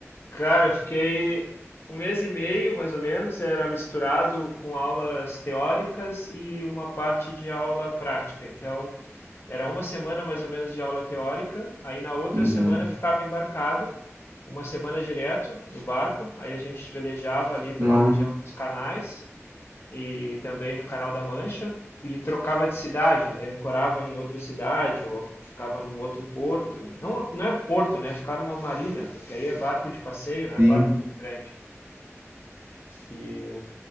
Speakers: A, on the left; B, on the right.
A: Cara, eu fiquei um mês e meio, mais ou menos, era misturado com aulas teóricas e uma parte de aula prática. Então, era uma semana mais ou menos de aula teórica, aí na outra
B: Uhum.
A: semana ficava embarcado, uma semana direto no barco, aí a gente velejava ali pela
B: Ah,
A: região dos canais e também no Canal da Mancha e trocava de cidade, aí ancorava em outra cidade ou ficava num outro porto. Não, não é porto, né? Ficar numa marina, porque aí é barco de passeio, não é
B: sim.
A: barco muito grande. E,